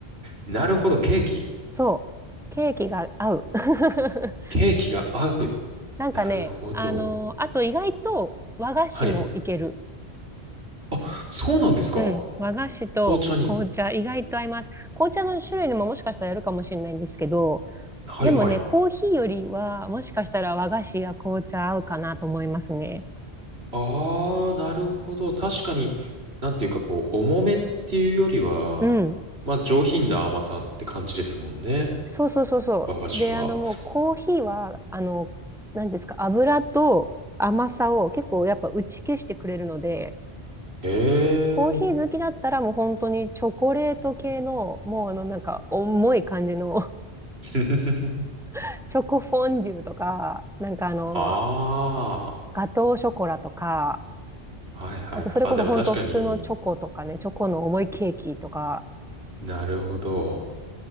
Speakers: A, on the right; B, in the centre.
A: なるほど、ケーキ。
B: そう。ケーキが合う。<laughs>
A: ケーキが合う。
B: なんかね、
A: なるほど。
B: あの、あと意外と和菓子もいける。
A: はい。あ、そうなんですか
B: うん。和菓子と紅茶、
A: 紅茶に。
B: 意外と合います。紅茶の種類にももしかしたらやるかもしれないんですけど、
A: はいはい。
B: でもね、コーヒーよりは、もしかしたら和菓子や紅茶合うかなと思いますね。
A: あー、なるほど。確かに、なんていうかこう、重めっていうよりは、
B: うん。
A: まあ上品な甘さって感じですもんね。
B: そうそうそうそう。
A: 和菓子は。
B: で、あのもうコーヒーは、あの、何ですか、油と甘さを結構やっぱ打ち消してくれるので、
A: え
B: コーヒー好きだったらもう本当にチョコレート系の、
A: えー
B: もうあのなんか重い感じの
A: <laughs>
B: <laughs> チョコフォンデュとか、なんかあの、
A: あ
B: ガトーショコラとか、
A: あ、はいはいはい。
B: あとそれこそ本当普通のチョコとかね、
A: あ、でも確かに
B: チョコの重いケーキとか、
A: なるほど。